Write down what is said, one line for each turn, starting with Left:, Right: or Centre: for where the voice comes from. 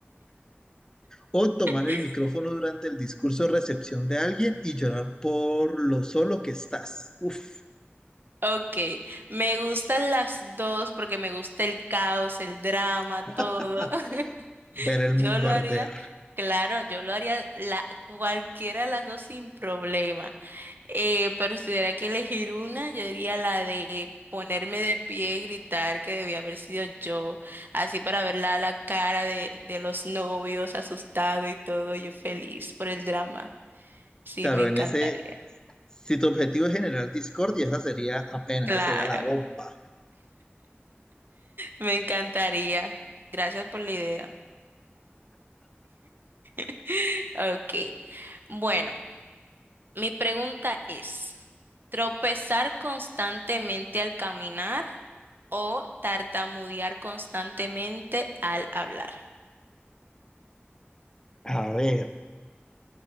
Left: o tomar
Right: <laughs>
Left: el micrófono durante el discurso de recepción de alguien y llorar por lo solo que estás. Uf,
Right: ok. Me gustan las dos porque me gusta el caos, el drama, todo.
Left: <laughs>
Right: <laughs>
Left: ver el
Right: Yo
Left: mundo
Right: lo
Left: arder.
Right: haría, claro, yo lo haría la, cualquiera de las dos sin problema. Eh, pero si tuviera que elegir una, yo diría la de ponerme de pie y gritar que debía haber sido yo, así para ver la, la cara de, de los novios asustado y todo, yo feliz por el drama. Sí,
Left: Claro,
Right: me encantaría.
Left: en ese, si tu objetivo es generar discordia, esa sería apenas,
Right: Claro,
Left: esa sería la bomba.
Right: me encantaría. Gracias por la idea. <laughs> Ok, bueno, mi pregunta es, ¿tropezar constantemente al caminar o tartamudear constantemente al hablar?
Left: A ver,